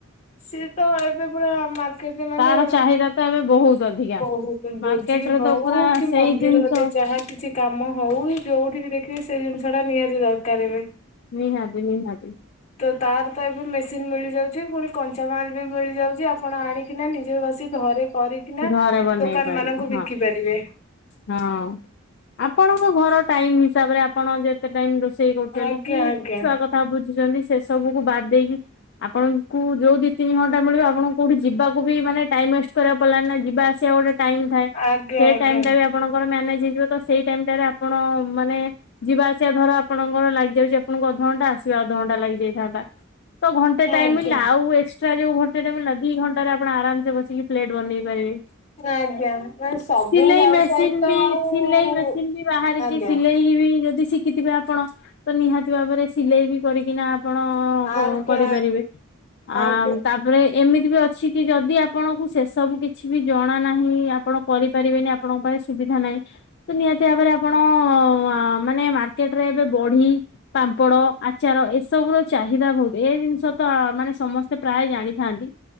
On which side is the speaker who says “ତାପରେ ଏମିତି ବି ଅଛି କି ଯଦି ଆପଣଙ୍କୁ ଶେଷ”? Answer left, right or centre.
Left